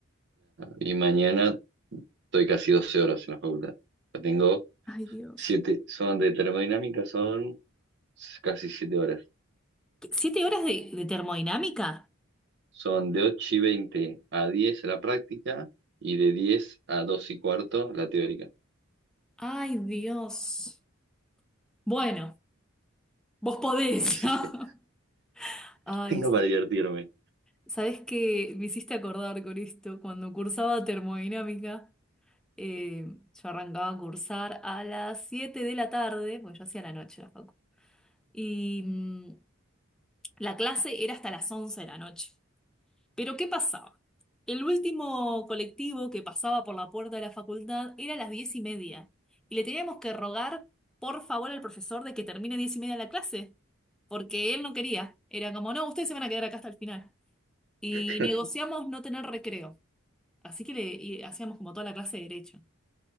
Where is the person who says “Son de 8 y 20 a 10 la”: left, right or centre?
Right